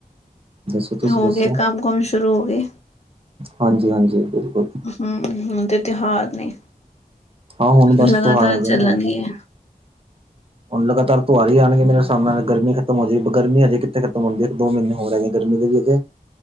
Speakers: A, on the right; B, on the left.
A: ਦੱਸੋ ਤੁਸੀਂ
B: ਹੋ
A: ਦੱਸੋ,
B: ਗਏ ਕੰਮ ਕੁਮ ਸ਼ੁਰੂ ਹੋ ਗਏ
A: ਹਾਂਜੀ ਹਾਂਜੀ, ਬਿਲਕੁਲ
B: ਹੂ, ਹੁਣ ਤੇ ਤਿਉਹਾਰ ਨੇ
A: ਹਾਂ ਹੁਣ
B: ਲਗਾਤਾਰ
A: ਬਸ ਤਿਉਹਾਰ ਹੈਗੇ
B: ਚੱਲਣਗਿਆਂ
A: ਨੇ ਹੁਣ ਲਗਾਤਾਰ ਤਿਉਹਾਰ ਹੀ ਜਾਣਗੇ ਮੇਰੇ ਸਾਹਮਣੇ, ਨਾਲ ਗਰਮੀ ਖਤਮ ਹੋ ਜਾਏ, ਗਰਮੀ ਹਜੇ ਕਿਥੇ ਖਤਮ ਹੁੰਦੀ ਹੈ, ਇੱਕ ਦੋ ਮਹੀਨੇ ਹੋਰ ਹੈਗੇ। ਗਰਮੀ ਦੇ ਵੀ,